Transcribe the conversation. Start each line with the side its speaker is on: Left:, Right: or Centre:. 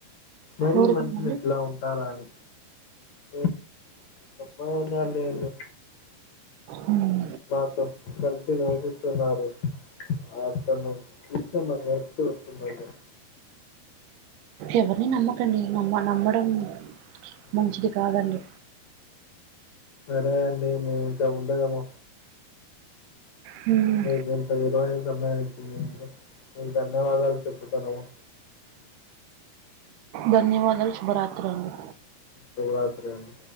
Left: మరి
Right: ఊరుకోనండి?
Left: మషులు ఇట్లా ఉంటారా అని హ్మ్ ఎవడో ఉన్నాడలెండి
Right: హ్మ్.
Left: నాతో కలిసి నివసిస్తున్నారు ఆ అతను చూస్టే <unintelligible>
Right: ఎవరిని నమ్మకండి వమ్మ నమ్మడం
Left: మ్మ్.
Right: మంచిది కాదండి
Left: సరే అండి ని ఇంకా ఉండలేము
Right: హ్మ్.
Left: మాకు ఇంత విలువైన సమయమీచ్చినందుకు మీకు ధన్యవాదాలు చెప్పుతున్నాము
Right: ధన్యవాదాలు శుభరాత్రి అండి
Left: శుభరాత్రి అండి